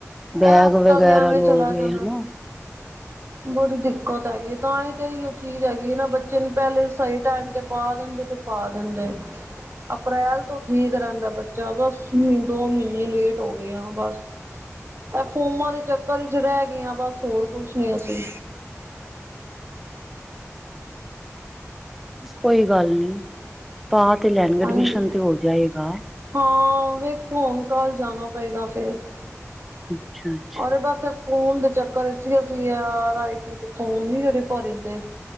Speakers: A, on the right; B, in the centre.
A: ਇਹ
B: ਬੈਗ
A: ਹਫ਼ਤਾ
B: ਵਗੈਰਾ
A: ਵੀ ਐਵੇਂ
B: ਲੋਗੇ
A: ਚਲਾ ਜਾਣਾ।
B: ਹਨਾ
A: ਬੜੀ ਦਿੱਕਤ ਹੈਗੀ, ਤਾਂ ਹੀ ਤੇ ਚੀਜ਼ ਹੈਗੀ ਨਾ, ਬੱਚੇ ਨੂੰ ਪਹਿਲੇ ਸਹੀ ਟਾਈਮ ਤੇ ਪਾ ਦਿੰਦੇ ਤੇ ਪਾ ਦਿੰਦੇ। ਅਪ੍ਰੈਲ ਤੋਂ ਠੀਕ ਰਹਿੰਦਾ ਬੱਚਾ, ਬਸ ਮਹ ਦੋ ਮਹੀਨੇ ਲੇਟ ਹੁੋ ਗਏ ਆ ਬਸ। ਇਹ ਫੋਮਾਂ ਦੇ ਚੱਕਰ ਚ ਰਹਿ ਗਿਆਂ, ਬਸ ਹੋਰ ਕੁਛ ਨੀ ਅਸੀਂ।
B: ਕੋਈ ਗੱਲ ਨੀ ਪਾ ਤੇ ਲੈਣਗੇ, ਐਡਮਿਸ਼ਨ
A: ਹਾਂਜੀ
B: ਤੇ ਹੋ ਜਾਏਗਾ।
A: ਹਾਂ, ਵੇਖੋ ਹੁਣ ਕੱਲ ਜਾਣਾ ਪਏਗਾ ਫੇਰ।
B: <unintelligible>
A: ਔਰ ਇਹ ਬਸ ਫੋਮ ਦੇ ਚੱਕਰ ਵਿਚ ਅਸੀ ਯਾਰ ਐਹ ਆਈ ਟੀ ਦੇ ਫੋਮ ਨੀ ਜੇੜੇ ਭਰੇ ਦੇ।